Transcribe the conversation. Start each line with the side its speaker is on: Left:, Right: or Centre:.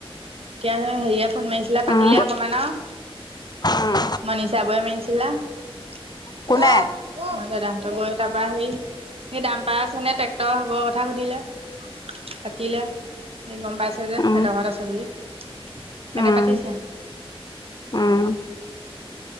Right: এতিয়া এ হেৰিয়ে ফোন মাৰিছিলে পাতিলে
Left: উম
Right: অকণমান আও।
Left: উম
Right: মনিষা বৌৱে মাৰিছিলে। হেল্ল'
Left: কোনে
Right: অ দাদাহঁতৰ বৌৱে তা পা আহি সেই দাম্পাৰ আছে নে ট্ৰেক্টৰ হবৰ কথা সুধিলে। পাতিলে সি গম পাইছে যে
Left: উম
Right: হেতৰ ঘৰত আছে বুলি হেকানে
Left: উম
Right: পাতিছে
Left: উম